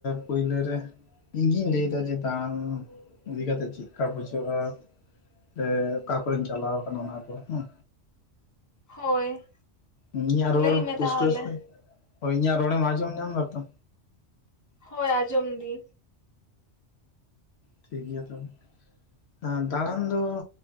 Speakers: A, on the left; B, on the left.
A: ᱯᱟᱹᱭᱞᱟᱹ ᱨᱮ ᱤᱧᱜᱤᱧ ᱞᱟᱹᱭᱫᱟ ᱡᱮ ᱫᱟᱬᱟᱱ ᱤᱫᱤ ᱠᱟᱛᱮᱜ ᱪᱮᱜᱠᱟ ᱵᱩᱡᱷᱟᱹᱜ-ᱟ? ᱥᱮ ᱚᱠᱟ ᱠᱚᱨᱮᱧ ᱪᱟᱞᱟᱣ ᱠᱟᱱᱟ ᱚᱱᱟ ᱠᱚ ᱦᱮᱸ
B: ᱦᱳᱭ
A: ᱤᱧᱟᱹᱜ ᱨᱚᱲ
B: ᱞᱟᱹᱭ ᱢᱮ
A: ᱯᱩᱥᱴᱟᱹ
B: ᱛᱟᱦᱚᱞᱮ
A: ᱥᱟᱹᱦᱤᱡ, ᱦᱳᱭ ᱤᱧᱟᱜ ᱨᱚᱲᱮᱢ ᱟᱸᱡᱚᱢ ᱧᱟᱢ ᱫᱟ ᱛᱚ?
B: ᱦᱳᱭ ᱟᱸᱡᱚᱢ ᱫᱤᱧ᱾
A: ᱴᱷᱤᱠ ᱜᱮᱭᱟ ᱛᱚᱵᱮ ᱟᱨ ᱫᱟᱬᱟᱱ ᱫᱚ